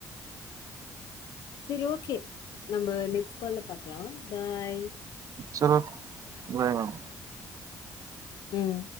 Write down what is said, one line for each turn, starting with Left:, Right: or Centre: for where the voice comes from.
Left: சரி ஓகே நம்ம நெக்ஸ்ட் கால்ல பாக்கலா பாய்
Right: சரி ஒகே பாய் மேம்
Left: ம்